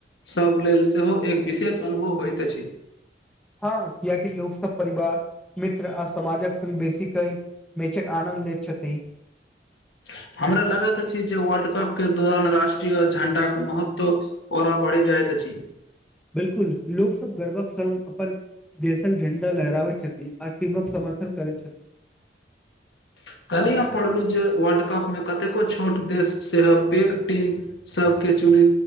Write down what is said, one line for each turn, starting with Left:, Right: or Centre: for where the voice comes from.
Left: सभ लेल सेहो एक विशेष अनुभव होइत अछि।
Centre: हँ, कियाकि लोक सब परिवार, मित्र आ समाजक संग बेसी क मेचक आनं। ले छथि।
Left: <unintelligible> हमरा लगत अछि जे वर्ल्ड कप के दौरान राष्ट्रीय झंडा के महत्व औरा बढ़ी जायत। अछि।
Centre: बिल्कुल, लोक सब गर्वक संग अपन देशक झंडा लहराबैत छथि, आ टीमक सब। समर्थन करै छथि।
Left: <unintelligible> कल्हि हम पढ़लू, जे वर्ल्ड कप मे कतेको छोट देश से पैघ टीम सब के।